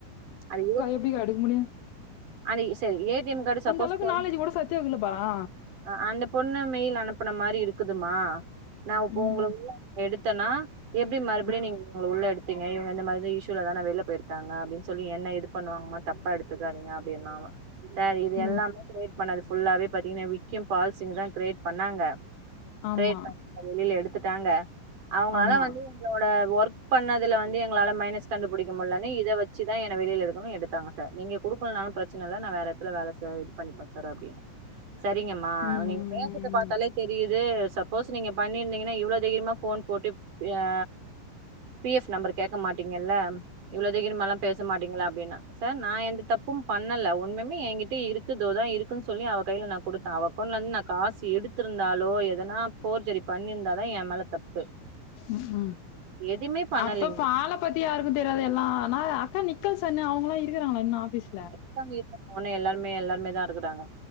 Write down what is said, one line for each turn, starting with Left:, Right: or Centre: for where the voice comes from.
Right: அது
Left: எப்டிக்கா எடுக்க முடியு
Right: அன்னக்கி சரி A T M card suppose
Left: அளவுக்கு
Right: போன்
Left: நாலேஜ் கூட சத்யாவுக்கு இல்ல பாரா
Right: அ அந்த பொண்ணு மெயில் அனுப்புன மாரி இருக்குதும்மா நா இப்ப
Left: ம்
Right: உங்கள எடுத்தன்னா எப்டி மறுபடியு
Left: ம்,
Right: நீங்க அவுங்கள உள்ள எடு ப்பீங்க இவுங்க இந்த மாதிரி இஷ்யூல தான வெளியில போயிருக்காங்க அப்டின் சொல்லி என்ன இது பண்ணுவாங்கம்மா தப்பா எடுத்துக்காதீங்க அப்டின்னாவே சரி இது
Left: ம்
Right: எல்லாமே கிரேட் பண்ணது ஃபுல்லாவே பாத்தீங்கன்னா விக்கிம் பால்சிங்க் தா கிரியேட் பண்ணாங்க
Left: ஆமா
Right: கிரியேட் பண்ண வெளியில எடுத்துட்டாங்க அவுங்க
Left: ஆமா
Right: ஆனா வந்து என்னோட ஒர்க் பண்ணதுல வந்து எங்களால மைனஸ் கண்டுபிடிக்க முடியலன்னு இத வச்சுதா என்ன வெளியில எடுக்கணும்னு எடுத்தாங்க ச நீங்க குடுக்கலனானு பிரச்சன இல்ல நா வேற எட்த்துல வேல செ இது பண்ணி குடுத்துர்றே அப்டின்னே சரிங்கம்மா
Left: ம்
Right: நீங்க
Left: ம்
Right: பேசறதப் பாத்தாலே தெரியுது சப்போஸ் நீங்க பண்ணிருந்தீங்கன்னா இவ்வளோ தைரியமா ஃபோன் போட்டு அ பி எஃப் நம்பர் கேட்க மாட்டீங்கல்ல இவ்ளோ தகிரமல்லா பேச மாட்டீங்களா அப்டின்னா சார் நா எந்த தப்பும் பண்ணல ஒன்னுமுமே என்கிட்ட இருக்கு இதோதா இருக்குன்னு சொல்லி அவ கையில நா குடுத்தே அவ அக்கௌன்ட் இருந்து நா காசு எடுத்து த்துருந்தாலோ எதனா ஃபோர்ஜரி பண்ணிருந்தாதா என் மேல தப்
Left: ம் ம்
Right: எதுமே பண்ணலேங்க
Left: அப்ப பால பத்தி யாருக்கு தெரியாது எல்லா ஆனா அக்கா நிக்கல்சன்னு அவுங்கல்லா இருக்கிறாங்களா இன்னு ஆஃபிஸ்
Right: இருக்காங்க இருக்காங்க இன்னு எல்லாமே எல்லாருமே தா இருக்குறாங்க